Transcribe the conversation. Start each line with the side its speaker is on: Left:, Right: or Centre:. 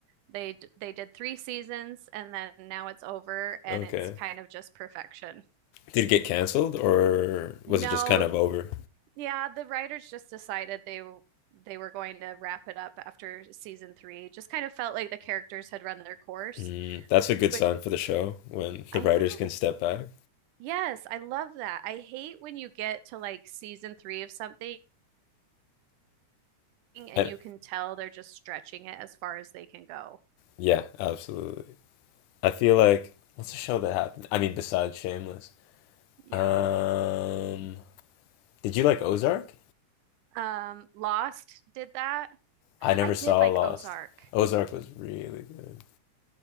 Right: They d- they did three seasons and then now it's over and
Left: Okay.
Right: it's kind of just perfection.
Left: Did it get canceled or was
Right: No,
Left: it just kind of over?
Right: yeah, the writers just decided they were they were going to wrap it up after season three. Just kind of felt like the characters had run their course,
Left: Mm, that's a good
Right: but
Left: sign for the show when
Right: I
Left: the writers
Right: know.
Left: can step back.
Right: Yes, I love that. I hate when you get to like season three of something and
Left: And
Right: you can tell they're just stretching it as far as they can go.
Left: yeah, absolutely. I feel like what's a show that happened? I mean, besides Shameless.
Right: Yeah.
Left: Um, Did you like Ozark?
Right: Um, Lost did that.
Left: I never
Right: I did
Left: saw
Right: like
Left: Lost.
Right: Ozark.
Left: Ozark was really good.